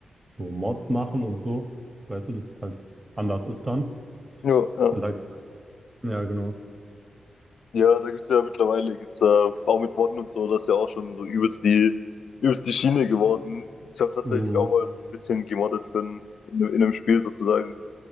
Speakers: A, on the right; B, on the left.
A: so Mods machen und so. Weißt du, das ist halt anders ist dann.
B: Ja,
A: Und da Ja, genau.
B: Ja, da gibt's ja mittlerweile, gibt's ja auch mit Modden und so, das ist ja auch schon so übelst die, übelst die Schiene geworden. Ich habe tatsächlich
A: Mhm.
B: auch mal so ein bisschen gemoddet für ein, in, in einem Spiel sozusagen,